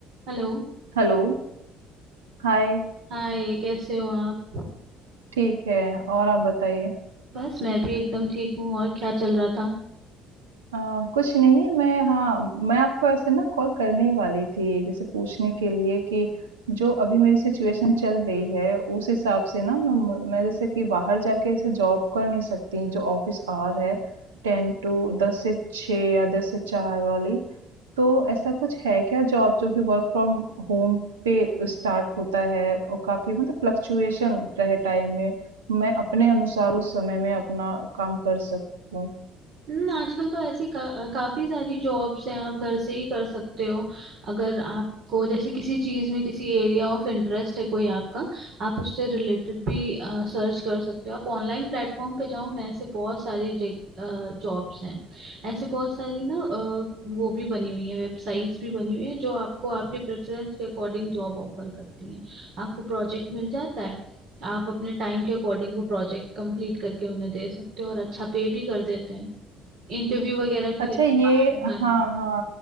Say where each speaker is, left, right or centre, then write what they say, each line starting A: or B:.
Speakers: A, on the right; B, on the right.
A: Hello
B: Hello! Hi,
A: Hi कैसे हो आप
B: ठीक है और आप बताइए?
A: बस मैं भी एकदम ठीक हूँ और क्या चल रहा था
B: अ, कुछ नहीं मैं हाँ, मैं आपको ऐसे ना कॉल करने वाली थी, जैसे पूछने के लिए कि जो अभी मेरी सिचुएशन चल रही है, उस हिसाब से ना मैं म मैं जैसे कि बाहर जाके ऐसे जॉब कर नहीं सकती, जो ऑफ़िस आवर है 10 टू 10 से 6 या 10 से 4 वाली। तो ऐसा कुछ है क्या जॉब जो कि वर्क फ्रॉम होम पे स्टार्ट होता है और काफ़ी मतलब फ्लक्चुएशन रहे टाइम में, मैं अपने अनुसार उस समय में अपना काम कर सकूँ?
A: हम्म आजकल तो ऐसी का, काफी सारी जॉब्स हैं आप घर से ही कर सकते हो अगर आपको जैसे किसी चीज में किसी एरिया ऑफ इंटरेस्ट है कोई आपका आप उससे रिलेटेड भी सर्च कर सकते हो आप ऑनलाइन प्लेटफॉर्म पे जाओ ना ऐसे बहुत सारी जॉब्स हैं ऐसे बहुत सारी ना अ, वो भी बनी हुई है वेबसाइट्स भी बनी हुई है जो आपको आपके प्रेफरेंस के अकॉर्डिंग जॉब ऑफर करती हैं आपको प्रोजेक्ट मिल जाता है आप अपने टाइम के अकॉर्डिंग वो प्रोजेक्ट कंप्लीट करके उन्हें दे सकते हो और अच्छा पे भी कर देते हैं इंटरव्यू वगैरह के
B: अच्छा
A: लिए
B: ये
A: भी बाहर नहीं जाता
B: हाँ हाँ